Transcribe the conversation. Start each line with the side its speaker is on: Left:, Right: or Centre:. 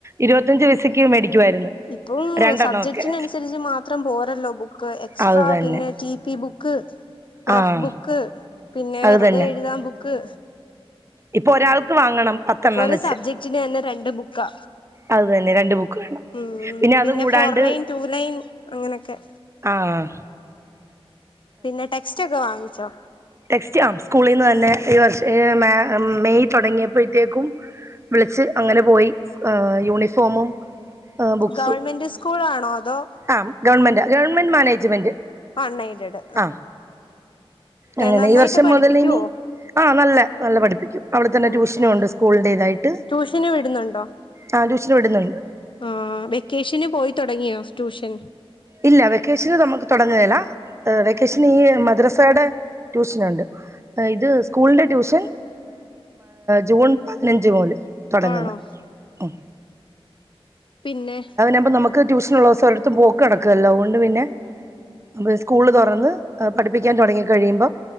Right: ഇരുപത്തഞ്ച് പയ്സക്ക് മേടിക്കുവായിരുന്നു
Left: ഇപ്പം
Right: രണ്ടെണ്ണമൊക്കെ
Left: സബ്ജക്റ്റിനനുസരിച്ച് മാത്രം പോരല്ലോ ബുക്ക് എക്സ്ട്രാ
Right: അത് തന്നെ
Left: പിന്നെ T P book book
Right: ആഹ്
Left: rough ബുക്ക് പിന്നെ
Right: അത്
Left: വെറുതെ
Right: തന്നെ
Left: എഴുതാൻ ബുക്ക്
Right: ഇപ്പൊ ഒരാൾക്ക് വാങ്ങണം പത്തെണ്ണം
Left: ഒരു
Right: വെച്ച്
Left: സബ്ജക്ടിന് തന്നെ രണ്ട് ബുക്കാ
Right: അത് തന്നെ രണ്ട് ബുക്ക് വേണം
Left: ഉം പിന്നെ
Right: അത് കൂടാണ്ട്
Left: ഫോർ ലൈൻ ടു ലൈൻ അങ്ങനെയൊക്കെ
Right: ആഹ്
Left: പിന്നെ ടെക്സ്റ്റ് ഒക്കെ വാങ്ങിച്ചോ?
Right: െക്സ്റ്റ് ആ സ്കൂളിൽ നിന്ന് തന്നെ ഈ വർഷം മെയ് തുടങ്ങിയപ്പോഴത്തേക്കും. വിളിച്ച് അങ്ങനെ പോയി യൂണിഫോമും ആഹ് ബുക്സ
Left: ഗവൺമെന്റ് സ്കൂൾ ആണോ അതോ
Right: ആ ഗവൺമെന്റ് ഗവൺമെന്റ് മാനേജ്മെന്റ്
Left: അന്നൈഡഡ്
Right: ആഹ് അങ്ങനെ
Left: നന്നായിട്ട്
Right: ഈ വർഷം
Left: പഠിപ്പിക്കുവോ
Right: മുതൽ ഇനി ആ നല്ല നല്ല പഠിപ്പിക്കും അവിടെ തന്നെ
Left: ഉം
Right: ട്യൂഷനും
Left: ഉം
Right: ഉണ്ട് സ്കൂളിന്റേതായിട്ട്
Left: ട്യൂഷന് വിടുന്നുണ്ടോ
Right: ആ ട്യൂഷന് വിടുന്നുണ്ട്
Left: ആഹ് വെക്കേഷന് പോയി തുടങ്ങിയോ ട്യൂഷൻ
Right: ഇല്ല വെക്കേഷന് നമുക്ക് തുടങ്ങേല വെക്കേഷൻ ഈ മദ്രസയുടെ ട്യൂഷനുണ്ട് ഇത് സ്കൂളിന്റെ ട്യൂഷൻ ജൂൺ പതിനഞ്ച് മൂല് തുടങ്ങുന്ന്
Left: ആണോ
Right: ഉം
Left: പിന്നെ
Right: അപ്പ നമക്ക് ട്യൂഷൻ ഉളസം ഒരിടത് പോക്ക് നടക്കുവല്ല അതൊണ്ട് പിന്നെ. അ സ്കൂള്‌ തുറന്ന് പഠിപ്പിക്കാൻ തുടങ്ങി കഴിയുമ്പം